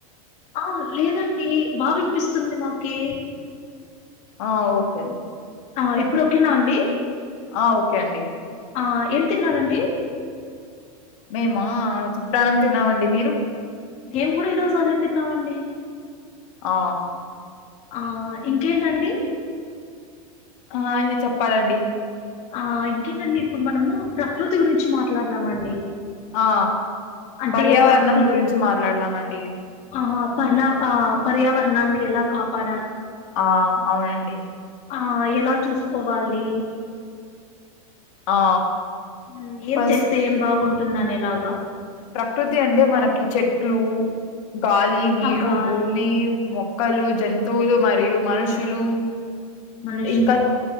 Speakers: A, on the left; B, on the left.
A: ఆ లేదండి బా వినిపిస్తుంది మాకీ
B: ఆ ఓకే
A: ఆ ఇప్పుడుఓకేనా అండి
B: ఆ ఓకే అండి
A: ఆ ఏం తిన్నారండి
B: మేమా చిత్రాన్నం తిన్నామండి మీరు
A: మేం కూడా ఈరోజు అదె తిన్నావండి
B: ఆ
A: ఆ ఇంకేంటండి
B: ఆ ఇంగ చెప్పాలండి
A: ఆ ఇంకేంటండి ఇప్పుడు మనము ప్రకృతి గురించి మాట్లాడదామండి
B: ఆ
A: అంటే
B: పర్యావరణం
A: ప్రకృ
B: గురించి మాట్లాడదామండి
A: ఆ పర్ణా ఆ పర్యావరణాన్ని ఎలా కాపా
B: ఆ అవునండి
A: ఆ ఎలా చూసుకోవాలి
B: ఆ
A: మ్ ఏం
B: ఫస్ట్
A: చేస్తే ఏం బాగుంటుంది అనే లాగా
B: ప్రకృతి అంటే మనకి చెట్లు గాలి నీరు
A: ఆ గాలి
B: భూమీ మొ క్కలు జంతువులు మరియు మనుషులు
A: మనుషులూ
B: ఇంకా